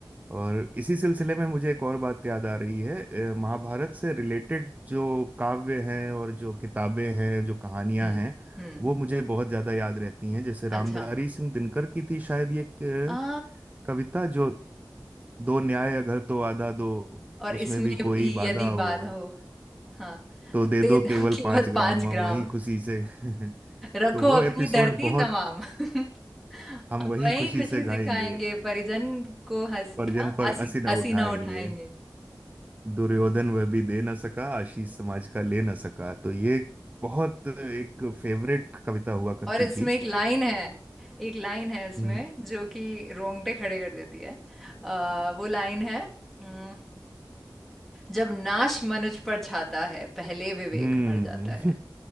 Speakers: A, on the right; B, in the centre.
A: और इसी सिलसिले में मुझे एक और बात याद आ रही है अ, महाभारत से रिलेटेड जो काव्य हैं और जो किताबें हैं जो कहानियां
B: हम्म
A: हैं
B: हम्म
A: वो मुझे बहुत ज्यादा याद रहती हैं जैसे रामधारी
B: अच्छा
A: सिंह दिनकर की थी शायद ये एक,
B: आ
A: अ, कविता जो दो न्याय अगर तो आधा दो
B: और
A: उसमें
B: इसमें
A: भी कोई
B: भी
A: बाधा
B: यदि
A: हो
B: बाधा हो हाँ
A: तो
B: तो
A: दे
B: दे
A: दो केवल
B: दो केवल
A: पांच ग्राम
B: पाँच
A: हम
B: ग्राम
A: वही खुशी से <laughs>
B: रखो
A: तो वो
B: अपनी
A: एपिसोड
B: धरती
A: बहुत
B: तमाम <laughs>
A: हम
B: हम
A: वही
B: वहीं
A: खुशी
B: खुशी
A: से गाएंगे
B: से खाएंगे परिजन को हंस
A: परजन
B: क्या
A: पर
B: हंसी
A: असी न
B: हंसी
A: उठाएंगे
B: ना उठाएंगे
A: दुर्योधन वह भी दे न सका आशीष समाज का ले न सका तो ये बहुत एक फेवरेट कविता हुआ करती
B: और इसमें
A: थी
B: एक लाइन है एक लाइन है इसमें
A: हम्म
B: जो कि रोंगटे खड़े कर देती है आ, वो लाइन है "उम, जब नाश मनुज पर छाता है पहले विवेक
A: हम्म
B: मर जाता